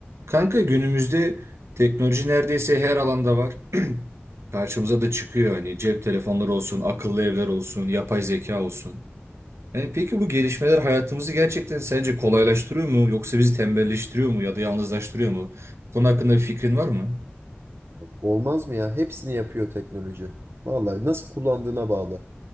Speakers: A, on the right (about 85°); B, on the right (about 65°).
A: Kanka günümüzde teknoloji neredeyse her alanda var. <clears throat> Karşımıza da çıkıyor hani cep telefonları olsun, akıllı evler olsun, yapay zeka olsun. Yani peki bu gelişmeler hayatımızı gerçekten sence kolaylaştırıyor mu yoksa bizi tembelleştiriyor mu ya da yalnızlaştırıyor mu? Bu konu hakkında bir fikrin var mı?
B: Olmaz mı ya? Hepsini yapıyor teknoloji. Vallahi nasıl kullandığına bağlı.